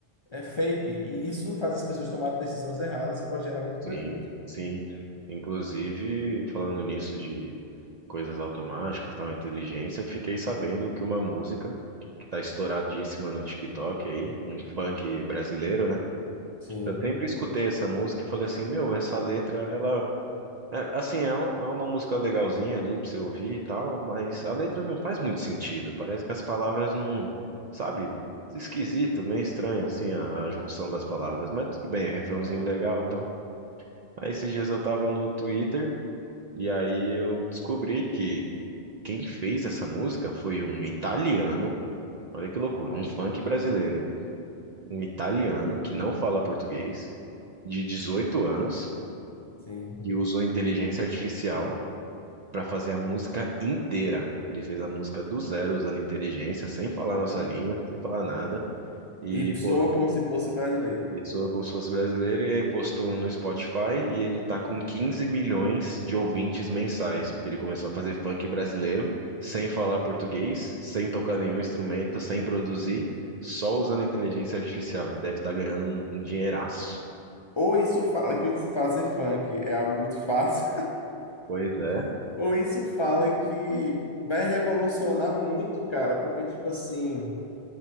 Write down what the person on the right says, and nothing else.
sim,
sim. Inclusive, falando nisso de coisas automáticas, tal, inteligência, eu fiquei sabendo que uma música que tá estouradíssima no TikTok aí, um funk brasileiro, né?
Eu sempre escutei essa música e falei assim, meu, essa letra, ela É, assim, é, um- é uma música legalzinha ali pra você ouvir e tal, mas a letra não faz muito sentido. Parece que as palavras não, sabe? Esquisito, meio estranho, assim, a, a junção das palavras. Mas tudo bem, refrãozinho legal e tal. Aí esses dias eu tava no Twitter e aí eu descobri que quem fez essa música foi um italiano. Olha que loucura, um funk brasileiro, hein? Um italiano que não fala português, de 18 anos,
que usou inteligência artificial para fazer a música inteira. Ele fez a música do zero usando inteligência, sem falar nossa língua, sem falar nada, e
pô,
e soa como se fosse brasileiro, e aí postou no Spotify e ele tá com 15 milhões de ouvintes mensais, porque ele começou a fazer funk brasileiro sem falar português, sem tocar nenhum instrumento, sem produzir, só usando inteligência artificial, e deve estar ganhando um, um dinheiraço.
Pois é,